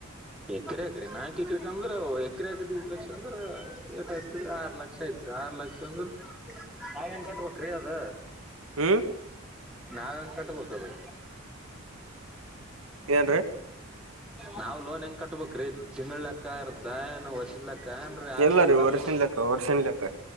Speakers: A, in the centre; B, on the right.
A: ಎಕರೆ ಎಕ್ರ ನಾಲ್ಕು ಎಕ್ರ ಅಂದ್ರ ಎಕರೆ ಆಕತಿ ಇ <unintelligible> ಲಕ್ಷ ಅಂದ್ರ ಎಏ ಐತ್ರಿ ಆರು ಲಕ್ಷ ಯತ್ ಆರ್ ಲಕ್ಷ ಅಂದ್ರ ನಾವ ಹೆಂಗ ಕಟ್ಬೇಕ್ರೀ ಅದ
B: ಹ್ಮ್
A: ನಾವೇಂಗ್ ಕಟಬೇಕದು
B: ಏನ್ರೀ
A: ನಾವ್ ಲೋನ್ ಹೆಂಗ ಕಟ್ಬೇಕ್ರೀ ತಿಂಗಳ ಲೆಕ್ಕ ಇರ್ದ ವರ್ಷಿದ ಲೆಕ್ಕ <unintelligible> <unintelligible> ಕನ್ ಆರು
B: ಇಲ್ಲರಿ
A: ತಿಂಗಳ
B: ವರ್ಷಿನ್
A: ಮೂರ್
B: ಲೆಕ್ಕ ವರ್ಷಿನ್ ಲೆಕ್ಕ